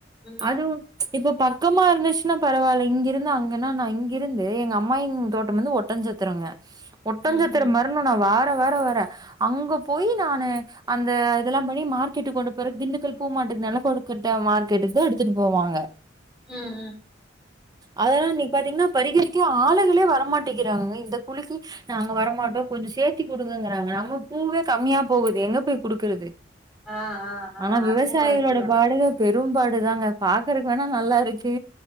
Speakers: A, in the centre; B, on the right.
A: ம்
B: அதுவு இப்ப பக்கமா இருந்துச்சுனா பரவால இங்கிருந்து அங்கனா நா இங்கிருந்து எங்கம்மாயின் தோட்டம் வந்து ஒட்டஞ்சத்தரங்க ஒட்டஞ்சத்தர
A: ம் ம்
B: மர்ணுனா வார வார வர அங்க போயி நானு அந்த இதலாம் பண்ணி மார்க்கெட்டு கொண்டு போற திண்டுக்கல் பூ மாட்டுக்கு நெலக் கொடுக்கட்ட மார்கெட்டுக்தா எடுத்துட்டு போவாங்க
A: ம் ம்
B: அதலா இன்னிக் பாத்தீங்கனா பரிகறிக்க ஆளுகளே வரமாட்டேகிறாங்க இந்தக் குழிக்கி நாங்க வரமாட்டோ கொஞ்சோ சேத்தி குடுங்கங்கறாங்க நம்ம பூவே கம்மியா போகுது எங்கப் போய் குடுக்கறது
A: ஆ ஆ ஆ
B: ஆனா
A: அதுவு
B: விவசாயிகளோட
A: கரெக்ட் தா
B: பாடுகப் பெரும்பாடுதாங்க பாக்கறக் வேணா நல்லாருக்கு